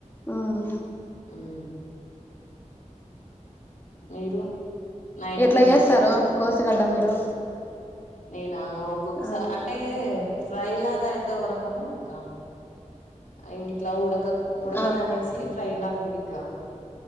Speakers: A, on the left; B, on the left.
A: ఉమ్
B: ఉమ్ మీరు నైట్
A: ఎట్లా
B: కేం
A: చేస్తారు
B: జేస్తారు
A: కోసిగడ్డ మీరు
B: నేనా ఒక్కొక్కసా
A: ఆ
B: అం అటే ఫ్రై లాగా అయితే ఓ రకము అక్క ఇంగిట్లా ఉడక ఉడకదనేసి
A: ఆ
B: ఫ్రై లాగా బిరిగా